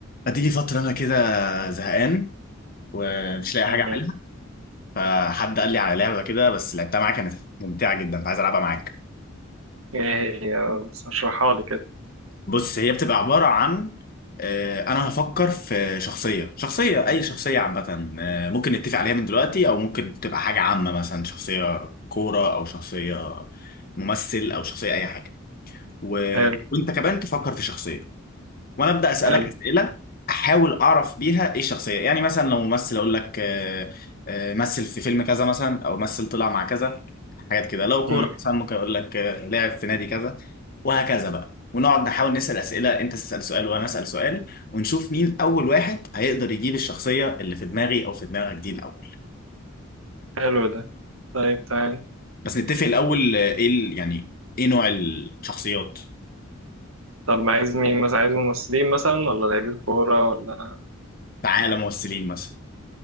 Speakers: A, on the left; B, on the right.
A: هتيجي فترة أنا كده زهقان ومش لاقي
B: مم.
A: حاجة أعملها فحد قال لي على لعبة كده بس لعبتها معاك كانت ممتعة جدا فعايز ألعبها معاك
B: ايه هي آه، بس اشرحها لي كده
A: بص هي بتبقى عبارة عن آه، أنا هفكر في شخصية شخصية أي شخصية عامة آه، ممكن نتفق عليها من دلوقتي أو ممكن تبقى حاجة عامة مثلا شخصية كورة أو شخصية ممثل أو شخصية أي حاجة و...
B: حلو
A: وأنت كمان تفكر في شخصية وانا ابدا اسالك
B: حلو
A: اسئله احاول اعرف بيها ايه الشخصيه يعني مثلا لو ممثل اقول لك آه، آه، مثل في فيلم كذا مثلا او مثل طلع مع كذا حاجات كده لو كوره
B: مم.
A: مثلا ممكن اقول لك آه، لعب في نادي كذا وهكذا بقى ونقعد نحاول نسال اسئله انت تسال سؤال وانا اسال سؤال ونشوف مين اول واحد هيقدر يجيب الشخصيه اللي في دماغي او في دماغك دي الاول
B: حلو ده طيب تعال
A: بس نتفق الاول آه، ايه ال- يعني ايه نوع الشخصيات
B: طب ما عايز مين مثلا عايز ممثلين مثلا ولا لعيبة كورة ولا
A: تعالى ممثلين مثلا